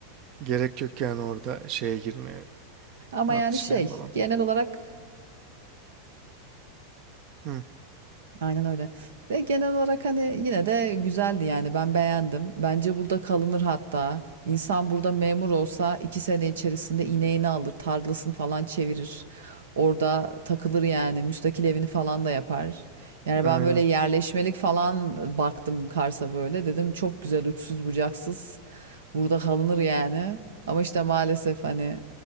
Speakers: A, on the right; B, on the right.
A: Gerek yok yani orada şeye girmeye,
B: Ama
A: tartışmaya
B: yani şey
A: falan.
B: genel olarak
A: Hı.
B: Aynen öyle. Ve genel olarak hani yine de güzeldi yani ben beğendim. Bence burada kalınır hatta. İnsan burada memur olsa iki sene içerisinde ineğini alır, tarlasını falan çevirir. Orada takılır yani müstakil evini falan da yapar. Yani
A: Aynen.
B: ben böyle yerleşmelik falan baktım Kars'a böyle. Dedim çok güzel uçsuz bucaksız. Burada kalınır yani. Ama işte maalesef hani